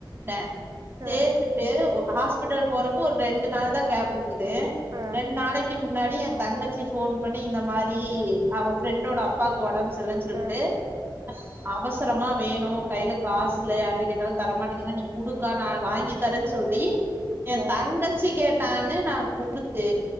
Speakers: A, on the right; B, on the right.
A: ட சேத்துட்டு
B: ஆ
A: ஒ ஹாஸ்பிட்டல் போறப்போ ஒரு ரெண்டு நாள் தா கேப்புருக் க்குது
B: ஆ
A: ரெண்ட் நாளைக்கி முன்னாடி எ தங்கச்சி ஃபோன் பண்ணி இந்த மாரி
B: ம்
A: அவ ஃப்ரெண்டோட அப்பாக்கு ஒடம் சர்லன்னு சொல்ட்டு
B: ஆ
A: அ அவசரமா வேணு கையில காசுல்ல யார்ட்ட கேட்டாலு தரமாட்டீங்கிறங் நீ குடுக்கா நா வாங் நீ தரேன் சொல்லி எ
B: ஆ
A: தங்கச்சி கேட்டான்னு நா குடுத்து